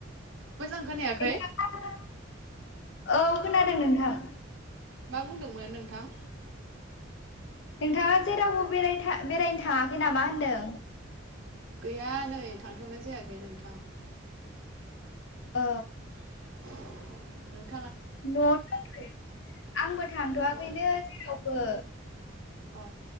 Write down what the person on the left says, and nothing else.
नोंथाङा औ खोनादों नोंथां।
नोंथाङा जेरावबो बेरायनो थाङाखै नामा होनदों।
औ।
न'आवनो दंथयो। आंबो थांथ'आखैनो
जेरावबो।